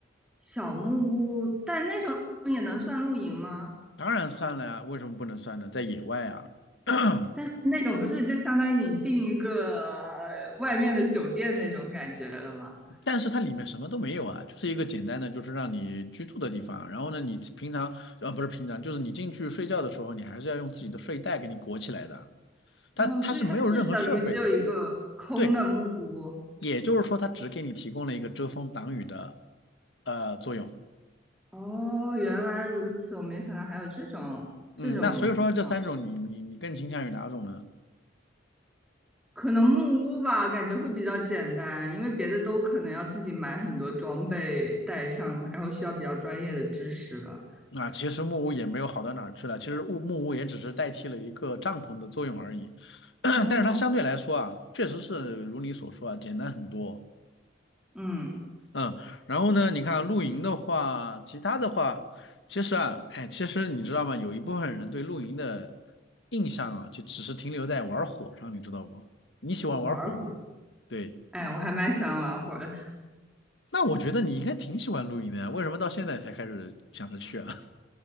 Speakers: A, in the centre; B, on the left (about 70°).
A: 小木屋，但那种也能算露营吗？
B: 当然算了呀，为什么不能算呢？在野外啊。<coughs>
A: 但是那种不是就相当于你订一个呃外面的酒店那种感觉了吗？
B: <clears throat> 但是它里面什么都没有啊，就是一个简单的，就是让你居住的地方。然后呢，你平常呃不是平常，就是你进去睡觉的时候，你还是要用自己的睡袋给你裹起来的。它它是没有任何设备的，
A: 哦，所以它是等于只有一个空的木屋。
B: 对，也就是说它只给你提供了一个遮风挡雨的呃作用。
A: 哦，原来如此，我没想到还有这种这种，
B: 嗯，那所以说这三种你你你更倾向于哪种呢？
A: 啊可能木屋吧，感觉会比较简单，因为别的都可能要自己买很多装备带上，然后需要比较专业的知识吧。
B: 啊，其实木屋也没有好到哪儿去了，其实木木屋也只是代替了一个帐篷的作用而已。<coughs> <clears throat> 但是它相对来说啊，
A: 哦，
B: 确实是如你所说啊，简单很多。
A: 嗯，
B: 嗯，然后呢，你看露营的话，其他的话，其实啊，哎，其实你知道吗？有一部分人对露营的印象啊，就只是停留在玩火上，你知道不？你喜欢玩火吗？
A: 玩儿火，
B: 对，
A: 哎，我还蛮喜欢玩会。的。
B: 那我觉得你应该挺喜欢露营的呀，为什么到现在才开始想着去啊？